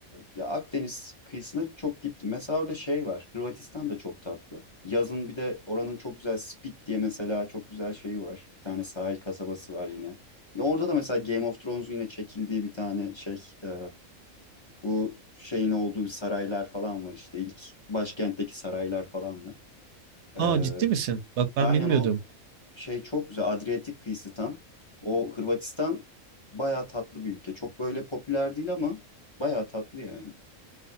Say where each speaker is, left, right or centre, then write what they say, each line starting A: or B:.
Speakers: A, on the left; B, on the right.
A: ya Akdeniz kıyısına çok gittim. Mesela orada şey var. Hırvatistan da çok tatlı. Yazın bir de oranın çok güzel Split diye mesela çok güzel şeyi var. Bir tane sahil kasabası var yine. Ya orada da mesela Game of Thrones'un yine çekildiği bir tane şey e, bu şeyin olduğu saraylar falan var işte İlk başkentteki saraylar falan var. Ee,
B: Aa ciddi misin? Bak ben
A: Aynen
B: bilmiyordum.
A: o şey çok güzel Adriyatik kıyısı tam. O Hırvatistan bayağı tatlı bir ülke. Çok böyle popüler değil ama bayağı tatlı yani.